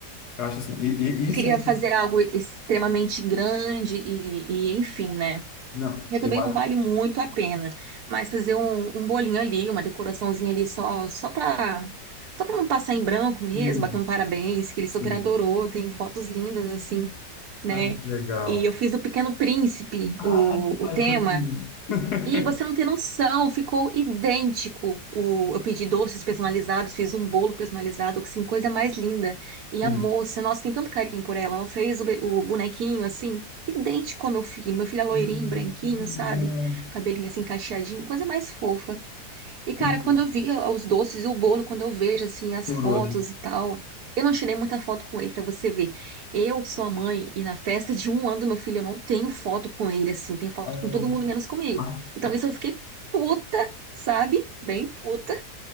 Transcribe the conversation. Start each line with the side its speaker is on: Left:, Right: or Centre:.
Left: eu acho assim. E, e
Right: eu
Left: isso
Right: queria
Left: é que.
Right: fazer algo extremamente grande e, e enfim, né?
Left: Não,
Right: E também
Left: eu acho.
Right: não vale muito a pena, mas fazer um, um bolinho ali, uma decoraçãozinha ali só só para só para não passar em branco mesmo,
Left: Hum,
Right: bater um parabéns, que ele
Left: sim.
Right: super adorou, tem fotos lindas assim, né?
Left: Ah, que legal.
Right: E eu fiz do Pequeno Príncipe
Left: Ah,
Right: o,
Left: que bacana.
Right: o tema,
Left: <laughs>
Right: e você não tem noção, ficou idêntico. O, eu pedi doces personalizados, fiz um bolo personalizado, assim, coisa mais linda. E
Left: Sim.
Right: a moça, nossa, tem tanto carinho por ela. Ela fez o, be- o bonequinho, assim, idêntico ao meu filho. Meu filho é loirinho,
Left: Ah,
Right: branquinho,
Left: que legal.
Right: sabe? Cabelinho assim, cacheadinho, coisa mais fofa. E, cara,
Left: Então,
Right: quando eu vi os doces e o bolo, quando eu vejo, assim, as
Left: chorou,
Right: fotos
Left: né?
Right: e tal, eu não tirei muita foto com ele pra você ver. Eu sou a mãe e na festa de um ano do meu filho eu não tenho foto com ele, assim, tenho foto
Left: Ah.
Right: com todo mundo menos comigo.
Left: Vai.
Right: Então, isso eu fiquei puta, sabe? Bem puta.